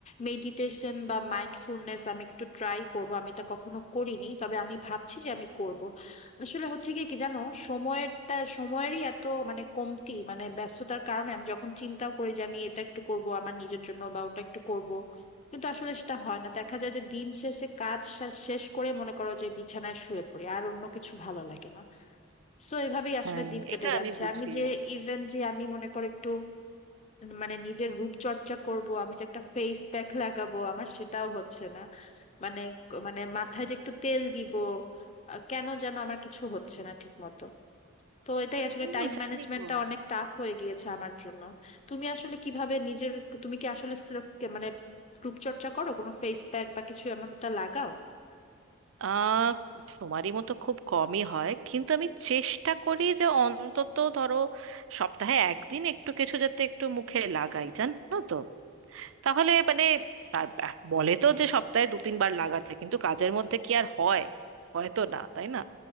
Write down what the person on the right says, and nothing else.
হ্যাঁ
এটা
আমি বুঝি
হুম
জানি
গো
আহ তোমারই মতো খুব কমই হয় কিন্তু আমি চেষ্টা করি যে অন্তত ধরো সপ্তাহে একদিন একটু কিছু যাতে একটু মুখে লাগাই জানো তো তাহলে মানে তার আহ, বলে তো যে সপ্তাহে দু তিনবার লাগাতে কিন্তু কাজের মধ্যে কি আর হয় হয়তো না তাই না